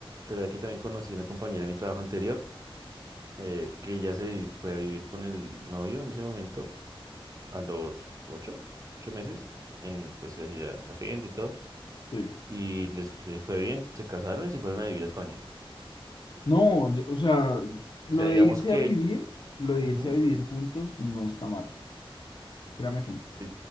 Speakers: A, on the right; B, on the left.
A: pero de aquí también conocí una compañera de mi trabajo anterior eh, que ya se vi- fue a vivir con el novio en ese momento a los ocho, ocho meses, en pues así a- arriendo y todo,
B: sí.
A: y les eh, fue bien, se casaron y se fueron a vivir a España.
B: No, yo- o sea, lo
A: O sea, digamos
B: de irse
A: que
B: a vivir, lo de
A: ujú,
B: irse a vivir juntos no está mal. Créame que no.
A: sí,